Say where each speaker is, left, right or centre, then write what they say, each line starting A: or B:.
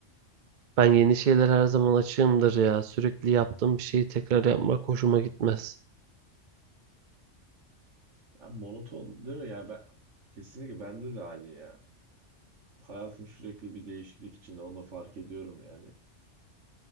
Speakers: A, on the right; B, on the right.
A: Ben yeni şeyler her zaman açığımdır ya. Sürekli yaptığım bir şeyi tekrar yapmak hoşuma gitmez.
B: Yani monoton değil mi Yani Ben, kesinlikle bende de aynı ya. Hayatım sürekli bir değişiklik içinde. Onu da fark ediyorum yani.